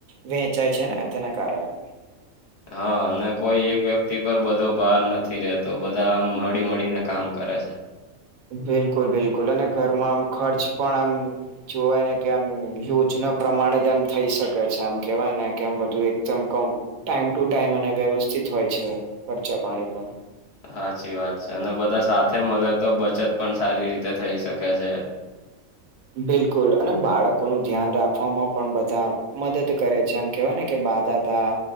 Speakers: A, on the right (about 80°); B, on the left (about 55°).
A: વેંચાય છે ને તેના કારણે
B: હા અને કોઈ એક વ્યક્તિ પર બધો ભાર નથી રતો બધા આમ હરીમળી ને કામ કરે છે
A: બિલકુલ બિલકુલ અને ઘરમાં આમ ખર્ચ પણ આમ જોવાય ને કે આમ યોજના પ્રમાણે જ આમ થઈ શકે છે આમ કેવાયને કે આમ બધું એકદમ કમ ટાઈમ ટુ ટાઈમ અને વ્યવસ્થિત હોય છે ખર્ચા પાણી પણ
B: સાચી વાત છે અને બધા સાથે મળે તો બચત પણ સારી રીતે થઈ શકે છે
A: બિલકુલ અને બાળકોનું ધ્યાન રાખવામાં પણ બધા મદદ કરે છે એમ કહેવાય ને કે બાદા તા